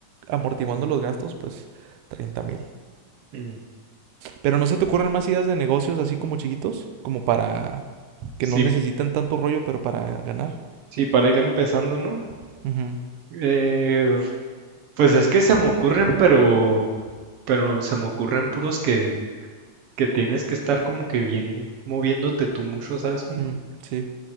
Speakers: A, on the right; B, on the right.
A: amortiguando los gastos, pues treinta mil.
B: Mm.
A: Pero no se te ocurren más ideas de negocios así como chiquitos, como para que
B: Sí,
A: no necesitan tanto rollo, pero para ganar.
B: sí, para ir empezando, ¿no?
A: Ujú,
B: Eh, pues es que se me ocurren, pero, pero se me ocurren puros que, que tienes que estar como que bien moviéndote tú mucho, ¿sabes cómo?
A: mm, sí,